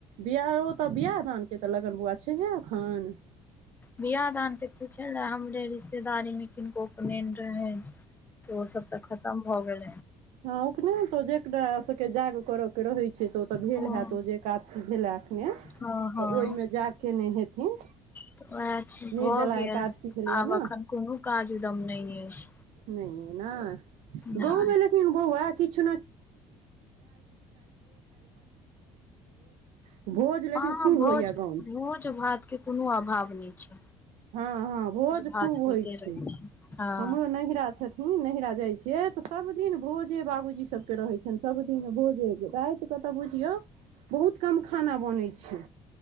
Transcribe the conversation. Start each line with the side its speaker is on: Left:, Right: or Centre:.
Right: बियाह ओ तऽ बियाह दान के तऽ लगन बौआ छैहे एखन
Left: बियाह दान के तऽ छै वे हमरे रिश्तेदारी मे किनको उपनएन रहै ओ सब तऽ खतम भऽ गेल
Right: हँ ओखने त जेकरा सभके जाग करयके रहैत छै तऽ ओ तऽ भेल
Left: हँ
Right: होत ओ जे काज भेला एखने
Left: हँ हँ
Right: तऽ ओहिमे जा के ने हेथिन
Left: तऽ उएह छै
Right: निर्जला
Left: भऽ गेल
Right: एकादशी भेलैया
Left: आब
Right: ने
Left: एखन कोनो काज उदम नहि अछि
Right: नहि ऐ ने गाँव
Left: नहि
Right: मे लेकिन बौआ किछु <inaudible> लेकिन
Left: हँ
Right: खूब
Left: भोज
Right: होइया गाँवमे
Left: भोज भातके कोनो अभाव नहि छै
Right: हँ हँ भोज
Left: भात
Right: खूब होइ
Left: होइते
Right: छै
Left: रहै हँ
Right: हमरो नैहिरा छथिन नैहिरा जाइ छिये तऽ सब दिन भोजे बाबूजी सबके रहै छनि सभ दिन भोजे राति कऽ तऽ बुझियौ बहुत कम खाना बनै छै